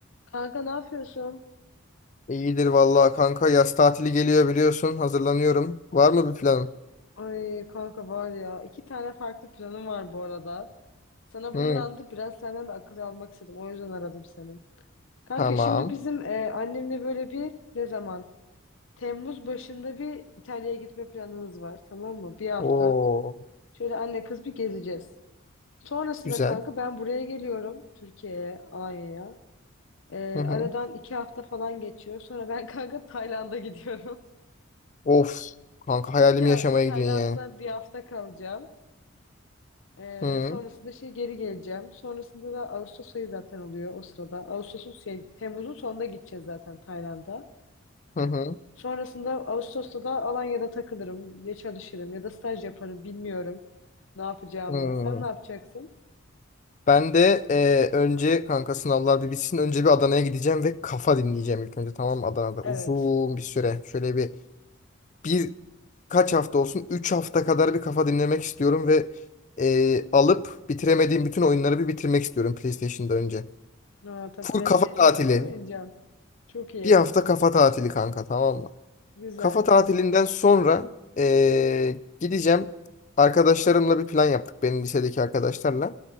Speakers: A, on the left; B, on the left.
A: Kanka ne yapıyorsun?
B: İyidir vallahi kanka yaz tatili geliyor biliyorsun hazırlanıyorum. Var mı bir planın?
A: Ay kanka var ya iki tane farklı planım var bu arada. Sana
B: Hı,
A: bunu anlatıp biraz senden de akıl almak istedim. O yüzden aradım seni. Kanka
B: tamam.
A: şimdi bizim e, annemle böyle bir ne zaman? Temmuz başında bir İtalya'ya gitme planımız var tamam mı? Bir hafta.
B: Oo
A: Şöyle anne kız bir gezeceğiz. Sonrasında
B: güzel.
A: kanka ben buraya geliyorum. Türkiye'ye, Alanya'ya. E,
B: Hı hı.
A: aradan iki hafta falan geçiyor. Sonra ben <laughs> kanka Tayland'a gidiyorum.
B: Of kanka
A: <laughs>
B: hayalimi
A: İki,
B: yaşamaya
A: Tayland'da
B: gidiyorsun yani.
A: bir hafta kalacağım. Ee,
B: Hı
A: sonrasında şey geri geleceğim. Sonrasında da Ağustos ayı zaten oluyor o sırada. Ağustos'un şey, Temmuz'un sonunda gideceğiz zaten Tayland'a.
B: hı hı.
A: Sonrasında Ağustos'ta da Alanya'da takılırım, ya çalışırım ya da staj yaparım bilmiyorum ne yapacağımı.
B: hı.
A: Sen ne yapacaksın?
B: Ben de e, önce kanka sınavlar bir bitsin önce bir Adana'ya gideceğim ve kafa dinleyeceğim ilk önce tamam mı? Adana'da uzun
A: Evet.
B: bir süre şöyle bir bir kaç hafta olsun 3 hafta kadar bir kafa dinlemek istiyorum ve e, alıp bitiremediğim bütün oyunları bir bitirmek istiyorum PlayStation'da önce.
A: Ha, tabii
B: Full
A: PlayStation'da
B: kafa tatili.
A: var oynayacağım. Çok iyi.
B: Bir hafta kafa tatili kanka tamam mı?
A: Güzel.
B: Kafa tatilinden sonra eee, gideceğim. Arkadaşlarımla bir plan yaptık. Benim lisedeki arkadaşlarla.